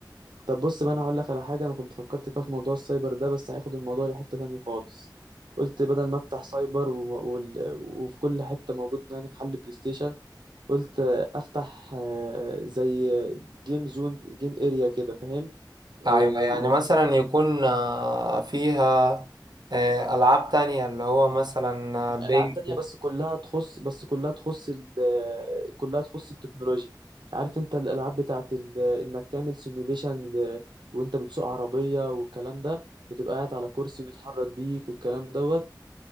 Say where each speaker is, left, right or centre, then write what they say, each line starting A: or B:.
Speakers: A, on the right (about 80°); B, on the right (about 65°).
A: طب بص بقى انا هقول لك على حاجه انا كنت فكرت فيها في موضوع السايبر ده بس هياخد الموضوع لحته تانية خالص قلت بدل ما افتح سايبر وم... وال... وفي كل حته موجود يعني محل بلاي ستيشن قلت افتح آه، زي جيم زون جيم اريا كده فاهم
B: ايوه
A: او
B: يعني مثلا يكون آه، فيها آه، العاب تانية اللي هو مثلا
A: ما
B: آه، بينج
A: هي ألعاب تانية بس كلها تخص بس كلها تخص ال... كلها تخص التكنولوجيا عارف انت الألعاب بتاعت ال... انك تعمل سيميوليشن ل... وانت بتسوق عربية والكلام ده وتبقى قاعد على كرسي ويتحرك بيك والكلام دوت